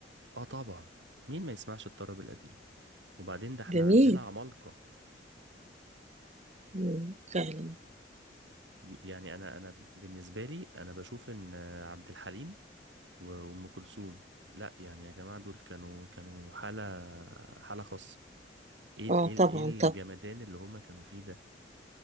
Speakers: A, on the right; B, on the right.
A: اه طبعا مين ما يسمعش الطرب القديم وبعدين ده احنا
B: جميل
A: عندنا عمالقة
B: مم، فعلا
A: يعني انا انا بالنسبة لي انا بشوف ان عبد الحليم و- وام كلثوم لا يعني يا جماعة دول كانوا كانوا حالة حالة خاصة ايه ال-
B: اه
A: ايه
B: طبعا
A: ال- ايه الجمدان
B: طبعا
A: اللي هما كانوا فيه ده